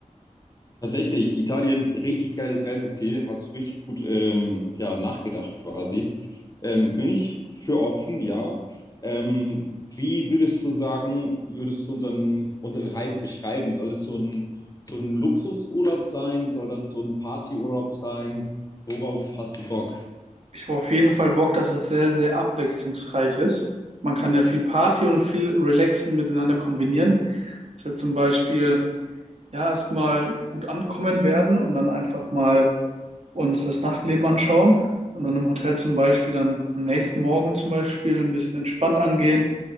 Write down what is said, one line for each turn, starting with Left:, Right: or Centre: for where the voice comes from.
Left: Tatsächlich, Italien, richtig geiles Reiseziel. Hast du richtig gut ähm, ja, nachgedacht quasi. Ähm, bin ich für offen, ja. Ähm, wie würdest du sagen, würdest du unseren, unsere Reise beschreiben? Soll es so ein, so ein Luxusurlaub sein? Soll das so ein Partyurlaub sein? Worauf hast du Bock?
Right: Ich habe auf jeden Fall Bock, dass es sehr, sehr abwechslungsreich ist. Man kann ja viel Party und viel Relaxen miteinander kombinieren. Dass wir zum Beispiel ja erstmal gut ankommen werden und dann einfach mal uns das Nachtleben anschauen und dann im Hotel zum Beispiel dann am nächsten Morgen zum Beispiel ein bisschen entspannt angehen.